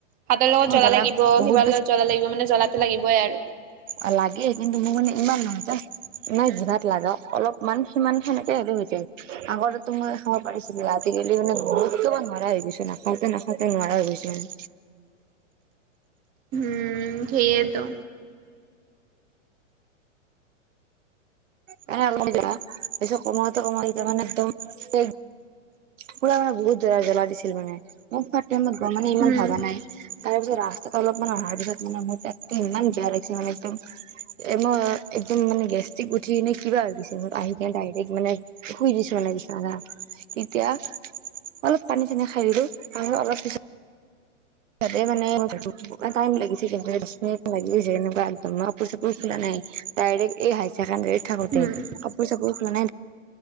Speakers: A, on the right; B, on the right.
A: হাতৰ লগত
B: মই
A: জ্বলা
B: জ্বালা
A: লাগিব
B: বহুত
A: কিবা লগত জ্বলা লাগিব মানে জ্বলা টো লাগিবই আৰ
B: আ লাগে কিন্তু ম মানে ইমান নহয় তাছ নাই
A: উম
B: জিভাত লাগা অলপ ইমান সিমান সেনেকে হ'লে হৈ যায়। আগতো মই খাব পাৰিছিলো আজিকালি মানে বহুতমান নোৱাৰা হৈ গৈছো নাখাওঁতে নাখ- খাওঁতে নোৱাৰা হৈ গৈছো মানে।
A: উম সেইয়েটো
B: মানে অকপ জ্বলা পাছত কমাওতে কমাওতে ইতা মানে একদম <unintelligible> পুৰা মানে বহুত জ্বলা জ্বলা দিছিল মানে। <unintelligible> গ মানে ইমান
A: উম
B: ভবা নাই তাৰপিছত ৰাস্তাটো অলপমান অহাৰ পিছত মানে মোৰ পেট তে ইমান বেয়া লাগিছে মানে একদম এ মই একদম মানে গেছট্ৰিক থ্ৰি নি কিবা হৈ গৈছে মোৰ আহি কিনে ডাইৰেক্ট মানে শুই দিছো মানে বিছনাখানা তেতিয়া অলপ পানী চানী খাই দিলো আহো অলপ পিছত তাতে মানে <unintelligible> টাইম লাগিছে কিন্তু সেই দছ মিনিট লাগি যাই এনেকুৱা একদম মই কাপোৰ চাপোৰ খুলা নাই। ডাইৰেক্ট এই হাই ছেকেণ্ডেৰীত থাকোঁতে
A: উম
B: কাপোৰ চাপোৰ খুলা নাই।